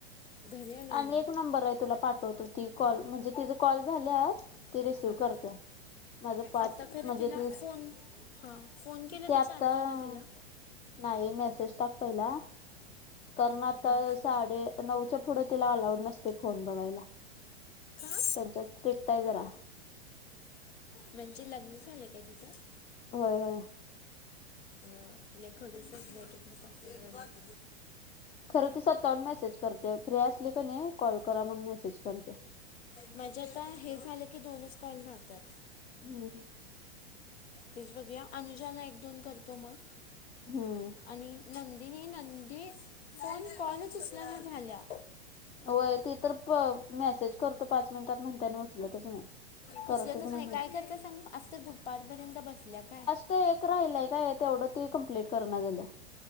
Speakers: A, on the left (about 70°); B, on the left (about 20°).
A: घरी आल्यावर
B: आणि
A: नाही.
B: एक नंबर आहे तुला पाठवतो ती कॉल म्हणजे तीच कॉल झाल्यात, ती रिसीव
A: हां
B: करत्या. माझ पाच
A: आता खरं
B: म्हणजे,
A: तिला
B: तेच
A: फोन हां फोन केला
B: त्यात
A: तर चालतंय
B: अ....
A: ना तिला?
B: नाही मेसेज टाक पहिला. कारण आता
A: हां
B: साडे नऊच्या पुढे तिला अलाउड नसते फोन बघायला.
A: का
B: त्यांच्यात स्ट्रिक्ट आहे जरा.
A: म्हणजे लग्न झालंय काय तिचं.
B: होय होय.
A: लय खडूस आहेत, बहुतेक सासू‌ तेनी.
B: खरं ती स्वतःहून मेसेज करत्या, फ्री असली कणी कॉल करा म्हणून मेसेज करत्या.
A: माझे आता हे झालं की, दोनच कॉल राहत्यात.
B: हम हम.
A: तेच बघूया, अनुजाला एक दोन करतो मग.
B: हम्म.
A: आणि नंदीनी नंदी फोन कॉलच उचलणं झाल्या.
B: होय. ती तर मेसेज करतो, पाच मिनिटात म्हणत्या आणि उचलतच नाही.
A: उचलतच
B: करतच
A: नाही
B: मेसेज.
A: काय करता सांगू, आज तर दुपारपर्यंत बसल्या काय.
B: ते एक राहिलंय काय, तेवढं ती कंप्लीट करण झाल्या.